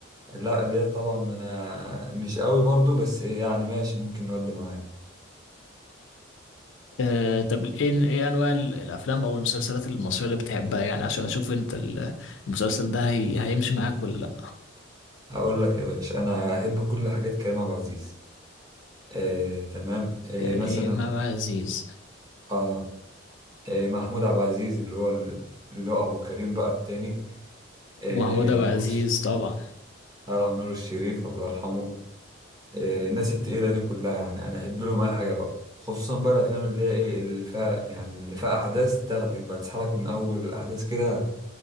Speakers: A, on the right (about 20°); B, on the left (about 70°).
A: لا ليه طبعا ما انا مش قوي برضو بس ايه يعني ماشي ممكن نودي معاه
B: آه، طب ايه ايه انواع ال- الافلام او المسلسلات المصريه اللي بتحبها يعني عشان اشوف انت ال- المسلسل ده هي هيمشي معاك ولا لا
A: هقول لك يا باشا انا احب كل حاجات كريم عبد العزيز آه تمام آه
B: يعني
A: مثلا
B: ايه امام عزيز
A: اه آه محمود عبد العزيز اللي هو ال- اللي هو ابو كريم بقى التاني آه
B: ومحمود عبد
A: نور
B: العزيز
A: الشريف
B: طبعا
A: اه نور الشريف الله يرحمه آه الناس التقيلة دي كلها يعني انا احب لهم اي حاجة بقى خصوصا بقى الافلام اللي هي ايه اللي فيها يعني اللي فيها احداث تاخدك بقى تسحبك من اول الاحداث كده